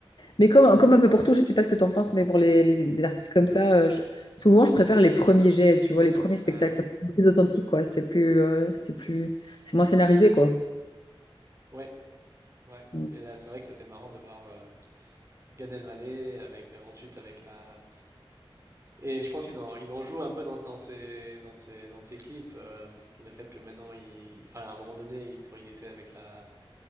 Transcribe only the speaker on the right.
Bah oui.
mm.
Ouais, ouais.
Et là, c'est vrai que c'était marrant de voir euh, Gad Elmaleh avec, euh, ensuite avec la. Et je pense qu'il en, il en joue un peu dans, dans ses, dans ses, dans ses clips. euh, le fait que maintenant, il... enfin, à un moment donné, il- quand il était avec la.